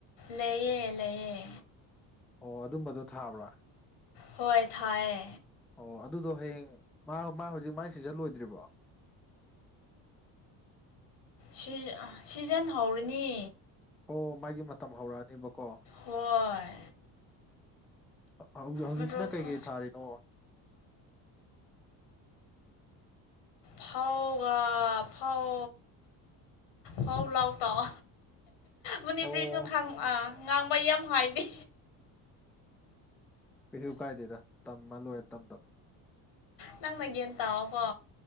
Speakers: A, on the left; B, in the centre.
A: ꯂꯩꯑꯌꯦ ꯂꯩꯌꯦ
B: ꯑꯣ ꯑꯗꯨꯝꯕꯗꯣ ꯊꯥꯕ꯭ꯔꯥ
A: ꯍꯣꯏ ꯊꯥꯏ ꯌꯦ
B: ꯑꯣ ꯑꯗꯨꯗꯣ ꯍꯌꯦꯡ ꯃꯥ- ꯃꯥ- ꯍꯧꯖꯤꯛ ꯃꯥꯏ ꯁꯤꯖꯜ ꯂꯣꯏꯗ꯭ꯔꯤꯕꯣ
A: ꯁꯤꯖ- ꯑ- ꯁꯤꯖꯟ ꯍꯧꯔꯅꯤ
B: ꯑꯣ ꯃꯥꯒꯤ ꯃꯇꯝ ꯍꯧꯔꯛꯑꯅꯤꯕꯀꯣ
A: ꯍꯣꯏ
B: ꯍꯧꯖꯤꯛ-ꯍꯧꯖꯤꯛꯁꯤꯅ
A: ꯃꯣꯔꯣꯛꯁꯨ
B: ꯀꯩ-ꯀꯩ ꯊꯥꯔꯤꯅꯣ
A: ꯐꯥꯎꯒꯥ ꯐꯥꯎ ꯐꯥꯎ ꯂꯥꯎ ꯇꯥꯎ ꯃꯅꯤꯄꯨꯔꯤꯁꯨ
B: ꯑꯣ
A: ꯈꯪ-ꯑꯥ ꯉꯥꯡꯕ ꯌꯥꯝ ‌ꯍꯥꯏꯗꯦ
B: ꯀꯩꯁꯨ ꯀꯥꯏꯗꯦꯗ ꯇꯝꯃ ꯂꯣꯏꯔꯦ ꯇꯝ ꯇꯝ
A: ꯅꯪꯅ ꯒꯤꯌꯟ ꯇꯥꯎꯕ